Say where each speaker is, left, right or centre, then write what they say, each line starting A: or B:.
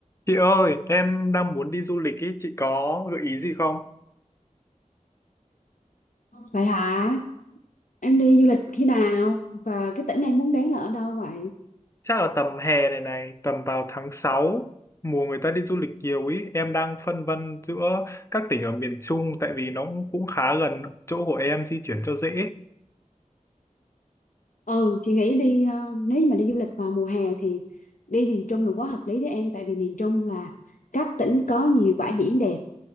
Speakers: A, on the left (about 20°); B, on the left (about 70°).
A: Chị ơi, em đang muốn đi du lịch ý, chị có gợi ý gì không?
B: Vậy hả? Em đi du lịch khi nào? Và cái tỉnh em muốn đến là ở đâu vậy?
A: Chắc là tầm hè này này, tầm vào tháng 6 mùa người ta đi du lịch nhiều ý, em đang phân vân giữa các tỉnh ở miền Trung tại vì nó cũng, cũng khá gần chỗ của em di chuyển cho dễ.
B: Ừ, chị nghĩ đi ờ, nếu như mà đi du lịch vào mùa hè thì đi miền Trung là quá hợp lý với em tại vì miền Trung là các tỉnh có nhiều bãi biển đẹp